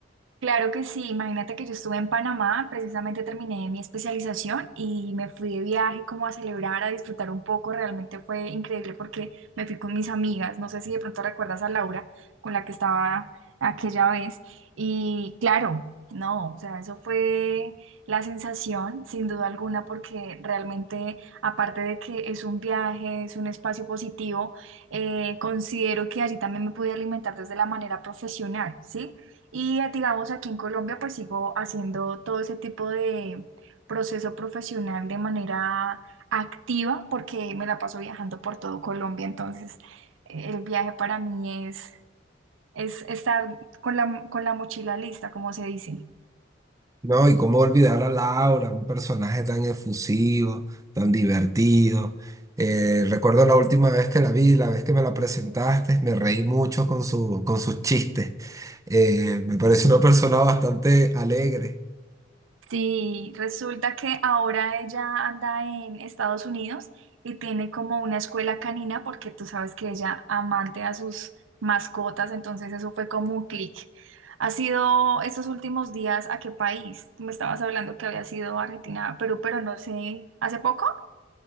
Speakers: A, on the right; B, on the right.
A: Claro que sí, imagínate que yo estuve en Panamá, precisamente terminé mi especialización y me fui de viaje como a celebrar, a disfrutar un poco, realmente fue increíble porque me fui con mis amigas, no sé si de pronto recuerdas a Laura con la que estaba aquella vez y claro, no, o sea, eso fue la sensación sin duda alguna porque realmente aparte de que es un viaje, es un espacio positivo, eh, considero que allí también me pude alimentar desde la manera profesional, ¿sí? Y eh, digamos, aquí en Colombia pues sigo haciendo todo ese tipo de proceso profesional de manera activa porque me la paso viajando por todo Colombia. Entonces, eh, el viaje para mí es, es estar con la, con la mochila lista, como se dice.
B: No, y cómo olvidar a Laura, un personaje tan efusivo, tan divertido. Eh, recuerdo la última vez que la vi, la vez que me la presentaste, me reí mucho con su, con sus chistes. Eh, me parece una persona bastante alegre.
A: Sí, resulta que ahora ella anda en Estados Unidos y tiene como una escuela canina porque tú sabes que ella amante a sus mascotas, entonces eso fue como un clic. ¿Ha sido estos últimos días a qué país? Tú me estabas hablando que había sido Argentina, a Perú, pero no sé, ¿hace poco?